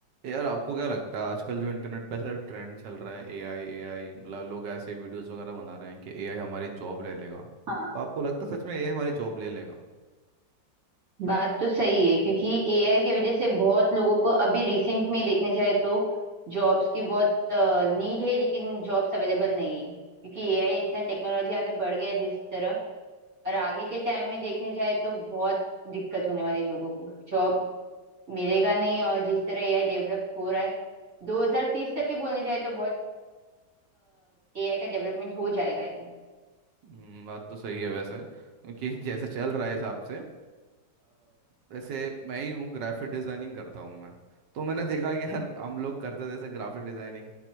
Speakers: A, on the right (about 70°); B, on the right (about 50°).
A: यार आपको क्या लगता है आजकल जो इंटरनेट पे ऐसा ट्रेंड चल रहा है एआई एआई मतलब लोग ऐसे वीडियोस वगैरह बना रहे हैं कि एआई हमारी जॉब ले लेगा
B: हाँ
A: तो आपको लगता है सच में एआई हमारी जॉब ले लेगा
B: बात तो सही है क्योंकि एआई की वजह से बहुत लोगों को अभी रिसेंट में देखने जाए तो जॉब्स की बहुत नीड है लेकिन जॉब्स अवेलेबल नहीं है क्योंकि एआई इतना टेक्नोलॉजी आगे बढ़ गया है जिस तरह और आगे के टाइम में देखने जाए तो बहुत दिक्कत होने वाली है लोगों को जॉब मिलेगा नहीं और जिस तरह एआई डेवलप हो रहा है 2030 तक ही बोलने जाए तो बहुत एआई का डेवलपमेंट हो जाएगा आई थिंक
A: हम्म, बात तो सही है वैसे क्योंकि <laughs> जैसे चल रहा है हिसाब से अ, वैसे मैं ही हूँ ग्राफिक डिज़ाइनिंग करता हूँ मैं तो मैंने देखा कि यार हम लोग करते थे जैसे ग्राफिक डिज़ाइनिंग